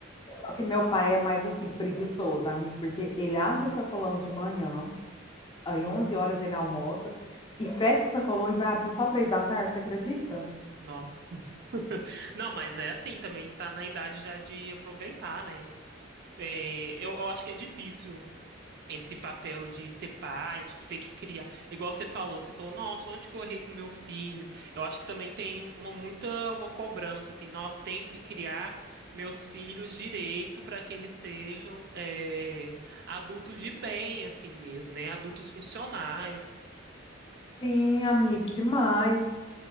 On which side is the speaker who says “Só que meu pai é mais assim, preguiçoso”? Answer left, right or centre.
Left